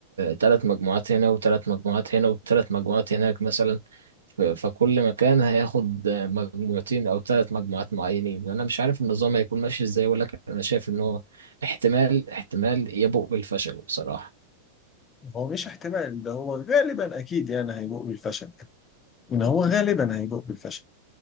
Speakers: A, on the right (about 70°); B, on the left (about 25°).
A: ثلاث مجموعات هنا وثلاث مجموعات هنا وثلاث مجموعات هناك مثلا ف- فكل مكان هياخد آه، مجموعتين او ثلاث مجموعات معينين انا مش عارف النظام هيكون ماشي ازاي ولكن انا شايف ان هو احتمال احتمال يبوء بالفشل بصراحة
B: هو مش احتمال ده هو غالبا اكيد يعني هيبوء بالفشل ان هو غالبا هيبوء بالفشل